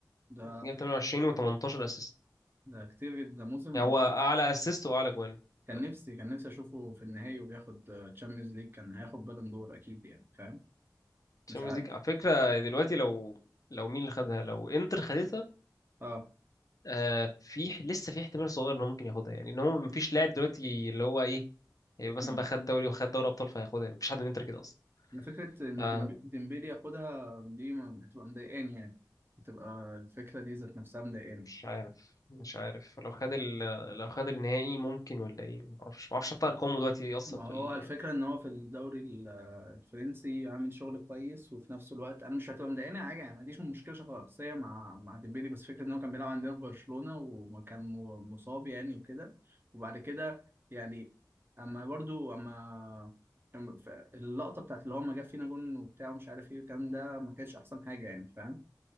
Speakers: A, on the right; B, on the left.
A: ده
B: جاب 28 و18 اسيست
A: ده كتير جدا ده موسم
B: يعني هو اعلى اسيست واعلى جوان في الدوري
A: كان نفسي كان نفسي اشوفه في النهائي وبياخد تشامبيونز ليج كان هياخد بالون دور اكيد يعني فاهم
B: الشامبيونز
A: مش عارف
B: ليج على فكرة دلوقتي لو لو مين اللي خدها لو انتر خدتها
A: اه
B: آه في لسه في احتمال صغير ان هو ممكن ياخدها يعني ان هو مفيش لاعب دلوقتي اللي هو ايه هيبقى مثلا
A: امم
B: بقى خد دوري وخد دوري ابطال فهياخدها مفيش حد من انتر كده اصلا
A: فكره ان
B: آه
A: ديمب- ديمبلي ياخدها دي ما- هتبقى مضايقاني يعني هتبقى الفكره دي ذات نفسها مضايقاني
B: مش عارف مش عارف لو خد ال... لو خد النهائي ممكن ولا ايه معرفش معرفش حتى ارقامه دلوقتي ايه اصلا
A: ما
B: في
A: هو
B: ال...
A: الفكرة إن هو في الدوري ال- الفرنسي عامل شغل كويس وفي نفس الوقت أنا مش هتبقى مضايقاني حاجة يعني ما عنديش مشكلة شخصية مع مع ديمبلي بس فكرة إن هو كان بيلعب عندنا في برشلونة وكان مصاب يعني وكده وبعد كده يعني أما برضو أما أما ف- اللقطة بتاعت اللي هو ما جاب فينا جون وبتاع ومش عارف إيه والكلام ده ما كانتش أحسن حاجة يعني فاهم؟